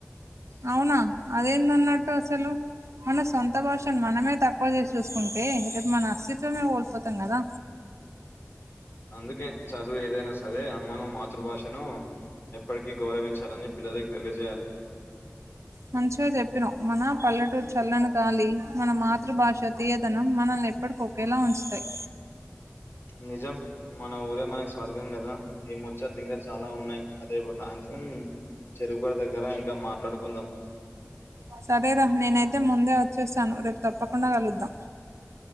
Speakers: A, on the right; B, on the left.
A: అవునా అదేందన్నట్టు అసలు మన సొంత భాష మనమే తక్కువ చేసి చూసుకుంటే రేపు మన అస్తిత్వమే కోల్పోతాం కదా
B: అందుకే చదువు ఏదైనా సరే అనుమాన మాతృభాషను ఎప్పటికీ గౌరవించాలని పిల్లలకి తెలియజేయాలి
A: మంచిగా చెప్పినవు మన పల్లెటూరు చల్లని గాలి మన మాతృభాష తీయదనం మనల్ని ఎప్పటికి ఒకేలా ఉంచుతాయి
B: నిజం మన ఊరే మనకు స్వర్గం కదా ఈ ముచ్చట్లు ఇంకా చాలా ఉన్నాయి అదే ఉమ్ చెరువు కట్ట దగ్గర ఇంకా మాట్లాడుకుందాం
A: సరేరా నేనైతే ముందే వచ్చేస్తాను రేపు తప్పకుండా కలుద్దాం